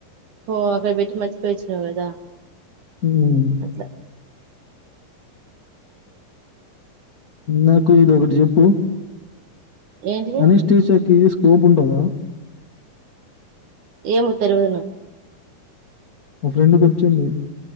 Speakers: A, on the right; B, on the left.
A: ఓ అక్కడ పెట్టి మర్చిపోయి ఇచ్చినావు కదా
B: హ్మ్
A: అట్లా
B: నాకు ఈడొకటి జేప్పు
A: ఏంటిది
B: అనిష్టిచ్కి సోప్ ఉంటది కదా
A: ఏమో తరుగుదున్నా
B: మా ఫ్రెండ్ కూచిడి